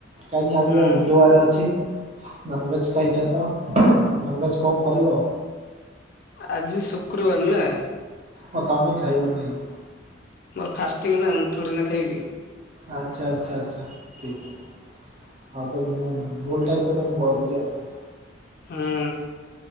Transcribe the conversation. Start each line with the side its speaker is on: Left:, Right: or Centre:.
Right: କାହିଁକି ଆଜିି
Left: ହୁଁ
Right: ବା ବୁଧୁବାର୍ ଅଛି? ନନଭେଜ୍ ଖାଇଥାନ୍ତ ନନଭେଜ୍ କଣ୍ କରିବ?
Left: ଆଜି ଶୁକ୍ରୁବାର୍ ନା।
Right: ଓ ତମେ ଖାଇବନି ଆଜି।
Left: ମୋର ଫାଷ୍ଟିଙ୍ଗ ନା ମୁଁ ଥୋଡି ନା ଖାଇବି
Right: ଆଚ୍ଛା ଆଚ୍ଛା ଆଚ୍ଛା ଠିକ୍ ଅଛି। ହଁ ତ ମୁଁ ଭୁଲ ଟାଇମରେ ମୁଁ କହିଥିଲି ଆଉ
Left: ହଁ।